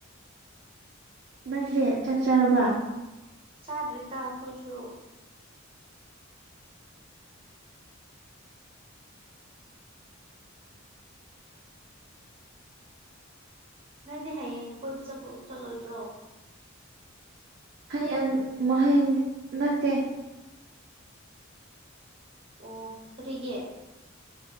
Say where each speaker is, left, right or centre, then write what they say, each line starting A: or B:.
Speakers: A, on the right (about 55°); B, on the right (about 30°).
A: ꯅꯪꯗꯤ ꯆꯥꯛ ꯆꯥꯔꯕ꯫
B: ꯆꯥꯗ꯭ꯔꯤꯗ ꯑꯈꯣꯏꯁꯨ꯫ ꯅꯣꯏꯗꯤ ꯍꯌꯦꯡ ꯀꯣꯏꯕ ꯆꯠꯄ ꯆꯠꯂꯣꯏꯗ꯭ꯔꯣ꯫
A: ꯍꯌꯦꯟ ꯅꯍꯟ ꯅꯠꯇꯦ꯫
B: ꯑꯣ ꯀꯔꯤꯒꯤ꯫